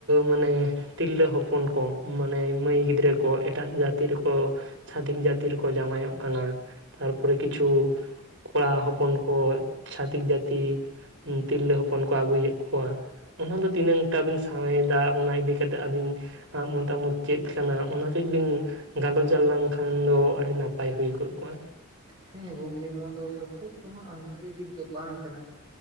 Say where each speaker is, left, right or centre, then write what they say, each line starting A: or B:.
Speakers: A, on the right; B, on the right.
A: ᱢᱟᱱᱮ ᱛᱤᱨᱞᱟᱹ ᱦᱚᱯᱚᱱ ᱠᱚ ᱢᱟᱱᱮ ᱢᱟᱹᱭ ᱜᱤᱫᱽᱨᱟᱹ ᱠᱚ ᱮᱴᱟᱜ ᱡᱟᱹᱛᱤ ᱨᱮᱠᱚ ᱪᱷᱟᱹᱛᱤᱠ ᱡᱟᱹᱛᱤ ᱨᱮᱠᱚ ᱡᱟᱶᱟᱭ ᱚᱜ ᱠᱟᱱᱟ ᱛᱟᱨᱯᱚᱨᱮ ᱠᱤᱪᱷᱩ ᱠᱚᱲᱟ ᱦᱚᱯᱚᱱ ᱠᱚ ᱪᱷᱟᱛᱤᱠ ᱡᱟᱹᱛᱤ ᱛᱤᱨᱞᱟᱹ ᱦᱚᱯᱚᱱ ᱠᱚ ᱟᱹᱜᱩᱭᱮᱠ ᱠᱚᱣᱟ᱾ ᱚᱱᱟ ᱫᱚ ᱛᱤᱱᱟᱹᱝ ᱴᱟ ᱵᱤᱱ ᱥᱟᱶ ᱮᱫᱟ ᱚᱱᱟ ᱤᱫᱤ ᱛᱮᱫ ᱟᱹᱵᱤᱱ ᱢᱚᱛᱟᱢᱚᱛ ᱪᱮᱫ ᱠᱟᱱᱟ ᱚᱱᱟ ᱠᱟᱹᱡ ᱵᱤᱱ ᱜᱟᱞᱚᱪ ᱟᱞᱟᱝ ᱠᱷᱟᱱ ᱫᱚ ᱟᱹᱰᱤ ᱱᱟᱯᱟᱭ ᱦᱩᱭ ᱠᱚᱜᱼᱟ᱾
B: ᱦᱮᱸ ᱜᱚᱝᱠᱮ ᱱᱚᱣᱟ ᱫᱚ ᱠᱷᱩᱵ ᱫᱚᱦᱟᱸᱜ ᱵᱷᱟᱹᱜᱤ ᱫᱤᱠ ᱫᱚ ᱵᱟᱝ ᱠᱟᱱᱟ ᱾